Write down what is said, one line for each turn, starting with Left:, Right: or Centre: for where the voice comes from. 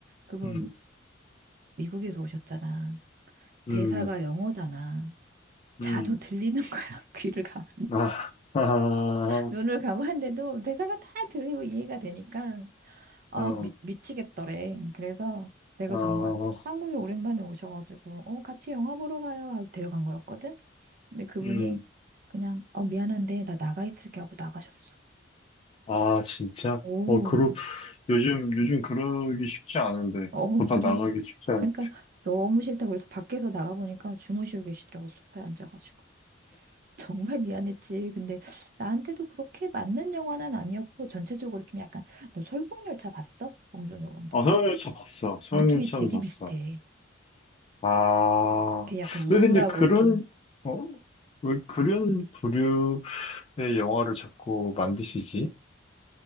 Right: 그분
Left: 음,
Right: 미국에서 오셨잖아
Left: 음,
Right: 대사가 영어잖아 자도
Left: 음.
Right: 들리는 <laughs> 거야 귀를 감아
Left: <laughs> 아, 아,
Right: 눈을 감았는데도 대사가 다 들리고 이해가 되니까 아,
Left: 어,
Right: 미, 미치겠더래. 그래서 내가
Left: 어,
Right: 정말 한국에 오랜만에 오셔가지고, 어, 같이 영화 보러 가요. 하고 데려간 거였거든. 근데 그분이
Left: 음.
Right: 그냥, 어, 미안한데, 나 나가 있을게 하고 나가셨어.
Left: 아, 진짜?
Right: 오,
Left: 어, 그러, 요즘, 요즘 그러기 쉽지 않은데.
Right: 어, <laughs>
Left: 보다
Right: 그래서,
Left: 나가기 쉽지
Right: 그러니까
Left: 않은데.
Right: 너무 싫다고 그래서 밖에서 나가보니까 주무시고 계시더라고, 소파에 앉아가지고. <laughs> 정말 미안했지. 근데 나한테도 그렇게 맞는 영화는 아니었고, 전체적으로 좀 약간, 너 설국열차 봤어? 봉준호 감독
Left: 아 소형열차
Right: 거?
Left: 봤어. 소형열차는
Right: 느낌이 되게
Left: 봤어.
Right: 비슷해.
Left: 아,
Right: 걔 약간 우울하고
Left: 왜 근데 그런,
Right: 좀
Left: 어, 왜 그런 부류의 영화를 자꾸 만드시지?